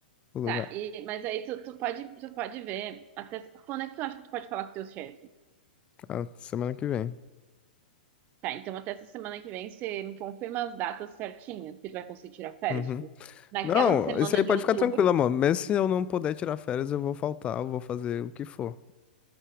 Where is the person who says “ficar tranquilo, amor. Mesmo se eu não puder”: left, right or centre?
Left